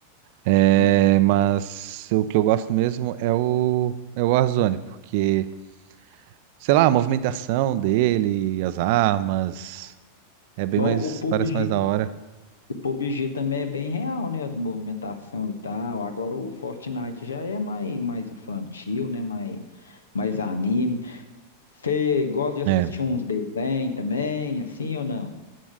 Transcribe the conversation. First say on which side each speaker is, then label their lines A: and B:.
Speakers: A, on the right; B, on the left.
A: É,
B: Uhum.
A: mas o que eu gosto mesmo é o, é o Warzone, porque, sei lá, a movimentação dele, as armas, é bem
B: Bom,
A: mais,
B: o
A: parece
B: PUBG,
A: mais da hora.
B: o PUBG também é bem real, né? As movimentação e tal. Agora o Fortnite já é mais, mais infantil, né? Mais, mais anime. Você gosta de assistir
A: É.
B: uns desenhos também, assim ou não?